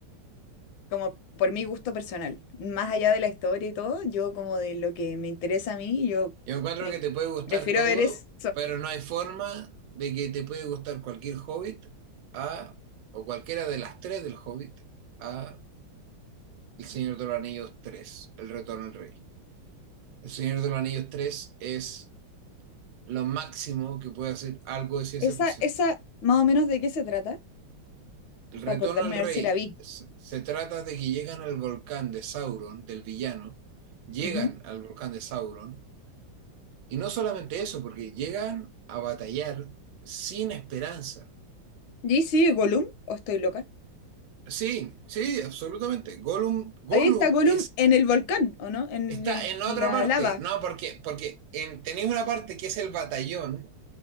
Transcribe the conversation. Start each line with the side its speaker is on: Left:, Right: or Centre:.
Left: como por mi gusto personal, más allá de la historia y todo, yo como de lo que me interesa a mí, yo
Right: Yo encuentro
Left: me
Right: que te puede gustar
Left: prefiero
Right: todo,
Left: ver eso.
Right: pero no hay forma de que te puede gustar cualquier Hobbit a, o cualquiera de las tres del Hobbit a El Señor de los Anillos 3, El Retorno del Rey. El Señor de los Anillos 3 es lo máximo que puede hacer algo de ciencia
Left: Esa,
Right: ficción.
Left: esa, más o menos de qué se trata,
Right: El retorno
Left: para acordarme
Right: al rey
Left: a ver si la vi.
Right: se, se trata de que llegan al volcán de Sauron, del villano, llegan
Left: Ujú.
Right: al volcán de Sauron, y no solamente eso, porque llegan a batallar sin esperanza.
Left: ¿Y sí, Gollum? ¿O estoy loca?
Right: Sí, sí, absolutamente. Gollum, Gollum
Left: Ahí está Gollum
Right: es,
Left: en el volcán, ¿o no? En,
Right: está
Left: en
Right: en otra
Left: la
Right: parte.
Left: lava,
Right: No, porque, porque en, tenéis una parte que es el batallón.